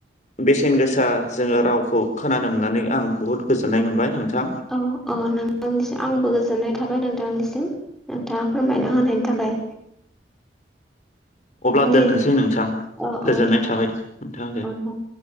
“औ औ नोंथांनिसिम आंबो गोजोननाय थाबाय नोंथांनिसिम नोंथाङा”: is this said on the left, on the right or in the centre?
Centre